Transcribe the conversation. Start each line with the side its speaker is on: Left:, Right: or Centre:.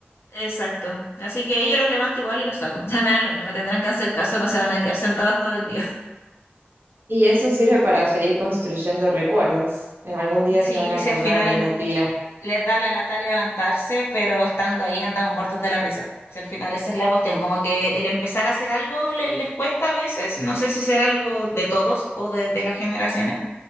Left: Exacto. Así que ahí yo los levanto igual y los saco. <laughs> Me dan lo mismo, me tendrán que hacer caso, no se van a quedar sentados todo el día. <laughs>
Right: Y eso sirve para seguir construyendo recuerdos. En Algún día
Left: Sí,
Right: se van a acordar
Left: si al final
Right: de la tía.
Left: les da la lata levantarse, pero estando ahí andamos muertos de la risa. Si al final esa es la cuestión, como que el empezar a hacer algo le- les cuesta a veces, no sé si será algo de todos o de de las generaciones